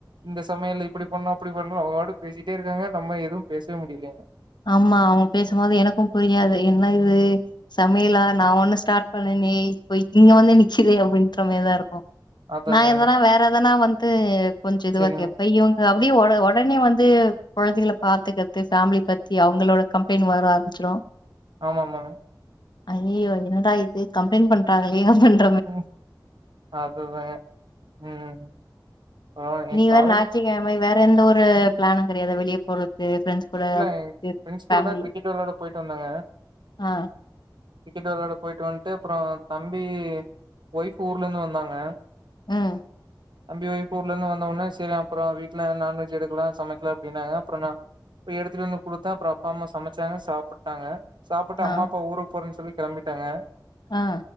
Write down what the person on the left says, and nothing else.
ஆமா அவுங்க பேசும்போது எனக்கும் புரியாது என்ன இது சமையலா நா ஒண்ணு ஸ்டார்ட் பண்ணனே இப்ப இங்க வந்து நிச்சிதே அப்டின்ற மாரிதாருக்கு
நா
எதனா வேற எதனா வந்து கொஞ்சோ இதுவாக்கேப்பே
இவுக் க அது அப்படியே ஒடனே வந்து கொழந்தைகளை பாத்துக்கத்து ஃபேமிலி பத் தி அவுங்களோட கம்ப்ளெயிண்ட் வர ஆரம்பிச்சிடு
அய்யயோ என்னடா இது கம்ப்ளெயிண்ட் பண்டாங்களே அவுங்க
இனி
<unintelligible> வேற எந்த ஒரு பிளானு கீடையாதா வெளியே போறது ஃப்ரெண்ட்ஸ் கூட
ஃபேமிலி
ஆ
ம்
ஆ
அ